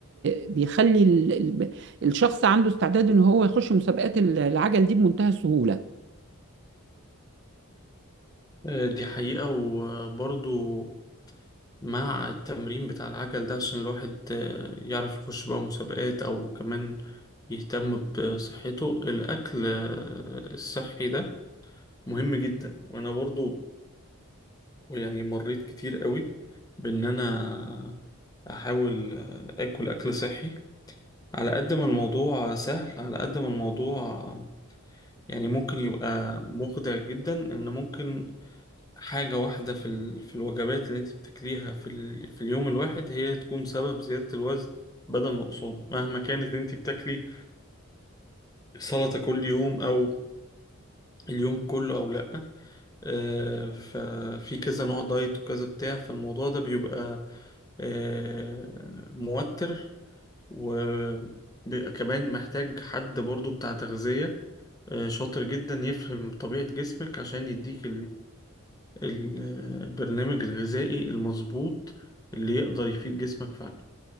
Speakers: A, on the right; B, on the left.
A: آه، بيخلي ال- ال- الشخص عنده استعداد ان هو يخش مسابقات ال- العجل دي بمنتهى السهولة
B: آه، دي حقيقة وبرضو مع التمرين بتاع العجل ده عشان الواحد آه، يعرف يخش بقى مسابقات أو كمان يهتم بصحته الأكل آه، الصحي ده مهم جدا وأنا برضو يعني مريت كتير قوي بإن أنا أحاول آه، أكل أكل صحي على قد ما الموضوع سهل على قد ما الموضوع يعني ممكن يبقى مخدع جدا إن ممكن حاجة واحدة في ال... في الوجبات اللي انت بتاكليها في ال... في اليوم الواحد هي تكون سبب زيادة الوزن بدل نقصانه مهما كانت انت بتاكلي سلطة كل يوم او اليوم كله او لأ آه، ففي كذا نوع دايت وكذا بتاع فالموضوع ده بيبقى آه، موتر وبيبقى كمان محتاج حد برضو بتاع تغذية آه، شاطر جدا يفهم طبيعة جسمك عشان يديك ال- البرنامج الغذائي المظبوط اللي يقدر يفيد جسمك فعلا